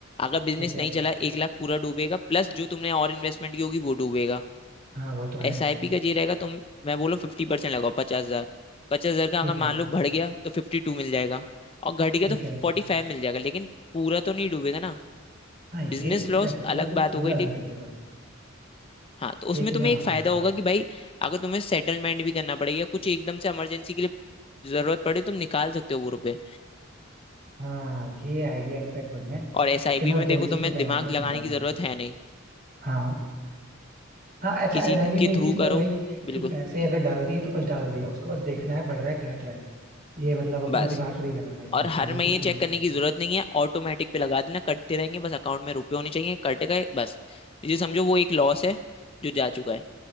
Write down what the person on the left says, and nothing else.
अगर बिजनेस
नहीं चला एक लाख पूरा डूबेगा प्लस जो तुमने और इन्वेस्टमेंट की होगी वो डूबेगा
एसआईपी का ये रहेगा तुम मैं बोलूँ फिफ्टी परसेंट लगाओ पचास हजार पचास हजार का
अगर
मान लो बढ़ गया तो फिफ्टी टू मिल जाएगा और घट गया
तो
फोर्टी फाइव मिल जाएगा लेकिन पूरा तो नहीं डूबेगा ना
बिजनेस
लॉस
अलग
बात
हो गई
हाँ तो उसमें
तुम्हें
एक फायदा
होगा कि भाई अगर तुम्हें सेटलमेंट भी करना पड़ेगा कुछ एकदम से इमरजेंसी के लिए जरूरत पड़े तुम निकाल सकते हो वो रुपए
और एसआईपी
में देखो तुम्हें
दिमाग
लगाने
की
जरूरत
है नहीं
किसी
के
थ्रू
करो
बिल्कुल
बस
और हर
महीने
चेक
करने
की जरूरत नहीं है ऑटोमेटिक पे लगा देना कटते रहेंगे बस अकाउंट में रुपए होने चाहिए कट गए बस ये समझो वो एक लॉस है जो जा चुका है